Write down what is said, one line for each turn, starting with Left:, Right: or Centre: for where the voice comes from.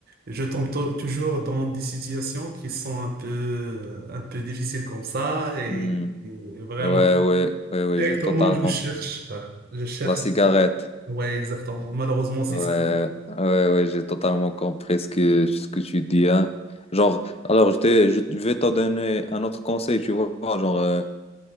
Right: je tombe to- toujours dans des situations qui sont un peu un peu difficiles comme ça et,
Left: Hmm.
Right: et vraiment
Left: Ouais, ouais, ouais, ouais,
Right: directement
Left: j'ai totalement...
Right: je cherche euh, je cherche.
Left: La cigarette.
Right: Ouais, exactement. Malheureusement, c'est
Left: Ouais,
Right: ça.
Left: ouais, ouais, j'ai totalement compris ce que, ce que tu dis, hein. Genre, alors, je, t'ai- je vais te donner un autre conseil, tu vois, genre... euh,